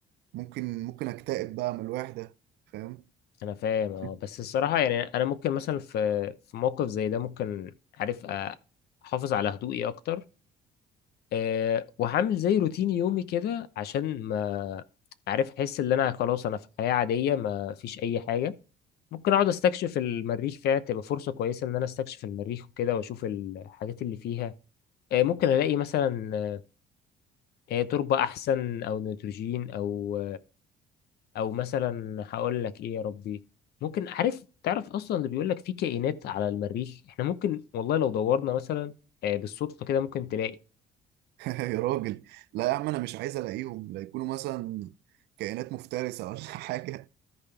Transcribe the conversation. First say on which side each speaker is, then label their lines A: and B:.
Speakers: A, on the right; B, on the left.
A: ممكن ممكن اكتئب بقى من الوحده فاهم
B: انا فاهم اه
A: <laughs>
B: بس الصراحة يعني انا ممكن مثلا في في موقف زي ده ممكن عارف أ- احافظ على هدوئي اكتر أه وهعمل زي روتين يومي كده عشان ما عارف احس ان انا خلاص انا في حياة عادية ما فيش اي حاجة ممكن اقعد استكشف المريخ فيها تبقى فرصة كويسة ان انا استكشف المريخ وكده واشوف الحاجات اللي فيها أه ممكن الاقي مثلا آه، تربة احسن او نيتروجين او او مثلا هقول لك ايه يا ربي ممكن عارف تعرف اصلا اللي بيقول لك في كائنات على المريخ احنا ممكن والله لو دورنا مثلا آه، بالصدفه كده ممكن تلاقي
A: يا راجل لا يا عم انا مش عايز الاقيهم لا يكونوا مثلا كائنات مفترسه ولا <laughs> حاجه